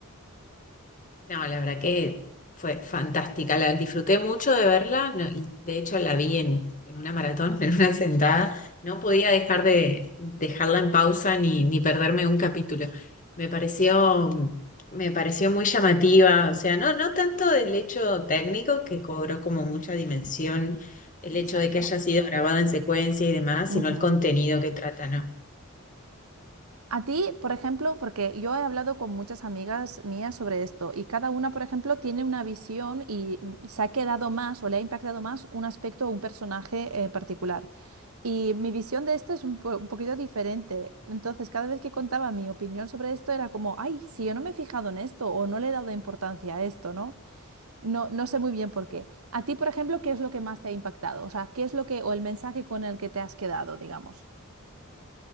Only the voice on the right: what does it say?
Exacto.
Ujú.
A ti, por ejemplo, porque yo he hablado con muchas amigas mías sobre esto y cada una, por ejemplo, tiene una visión y mm, se ha quedado más o le ha impactado más un aspecto o un personaje eh, particular. Y mi visión de esto es un, po- un poquito diferente. Entonces, cada vez que contaba mi opinión sobre esto era como, ay, si yo no me he fijado en esto o no le he dado importancia a esto, ¿no? No, no sé muy bien por qué. A ti, por ejemplo, ¿qué es lo que más te ha impactado? O sea, ¿qué es lo que, o el mensaje con el que te has quedado, digamos?